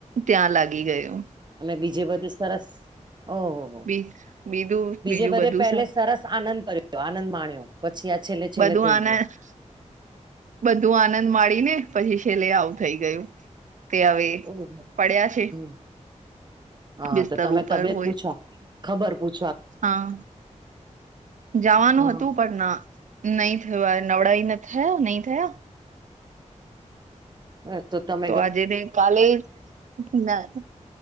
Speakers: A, on the right; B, on the right.
A: ત્યાં લાગી ગયુ.
B: અને બીજે બધું સરસ? ઓહો હો,
A: બી બીધું
B: બીજે
A: બીજું
B: બધે
A: બધું
B: પહેલે સરસ આનંદ કર્યો, આનંદ માણ્યો પછી આ છેલ્લે છેલ્લે
A: બધું
B: થઈ
A: આનંદ
B: ગયું.
A: બધું આનંદ માળીને પછી છેલ્લે આવું થઈ ગયું. તે હવે
B: ઓહો,
A: પડ્યા છે
B: હમ્મ, હા,
A: બિસ્તર
B: તો તમે
A: ઉપર
B: તબિયત
A: હોય
B: પૂછો ખબર પુછ
A: હા, જવાનું
B: હા
A: હતું પણના નહી થયો આ, નવળઈને થયા, નઈ થયા
B: આ તો તમ
A: તો આજે નઇને કાલે ના